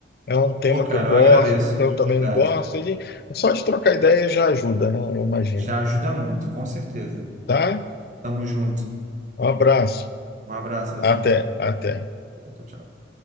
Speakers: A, on the left; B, on the right.
A: é um tema
B: Pô, cara,
A: que eu gosto,
B: eu agradeço,
A: que eu
B: de
A: também
B: verdade.
A: gosto. E só de trocar ideia já ajuda, né? Eu imagino.
B: Já ajuda muito, com certeza.
A: Tá?
B: Tamo junto.
A: Um abraço.
B: Um abraço, Alessandro.
A: Até, até.
B: Tchau, tchau.